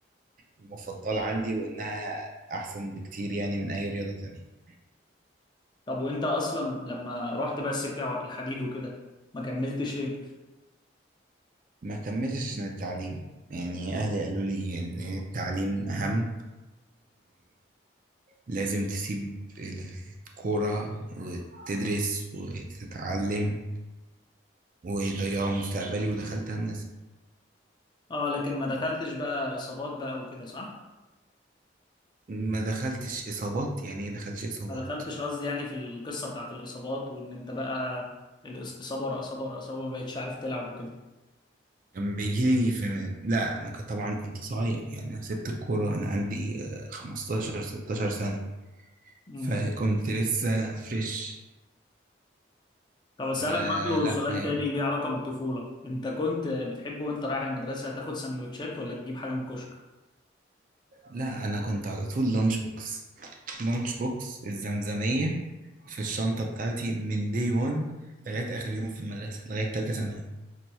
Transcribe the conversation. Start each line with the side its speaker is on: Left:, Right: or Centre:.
Right: المفضلة عندي وانها احسن بكتير يعني من اي رياضة تانية
Left: طب وانت اصلا لما رحت بقى السكه الحديد وكده ما كملتش ليه
Right: ما كملتش سنة التعليم يعني اهلي قالوا لي ان التعليم اهم ولازم تسيب الكورة وتدرس وتتعلم ويضيعوا مستقبلي ودخلت هندسة
Left: اه لكن ما دخلتش بقى اصابات بقى وكده صح
Right: ما دخلتش اصابات يعني ايه دخلتش اصابات
Left: ما دخلتش قصدي يعني في القصه بتاعت الاصابات وان انت بقى الاصابه ورا اصابه ورا اصابه ما بقتش عارف تلعب وكده
Right: كان بيجي لي في لا ما كنت طبعا كنت صغير يعني انا سبت الكوره انا عندي آه، 15 16 سنه
Left: امم
Right: فكنت لسه فريش
Left: طب اسالك
Right: فلا
Left: برضو سؤال
Right: يعني
Left: تاني ليه علاقه بالطفوله انت كنت بتحب وانت رايح المدرسه تاخد سندوتشات ولا تجيب حاجه من الكشك
Right: لا انا كنت على طول لانش بوكس لانش بوكس الزمزميه في الشنطه بتاعتي من دي 1 لغايه اخر يوم في المدرسه لغايه ثالثه ثانوي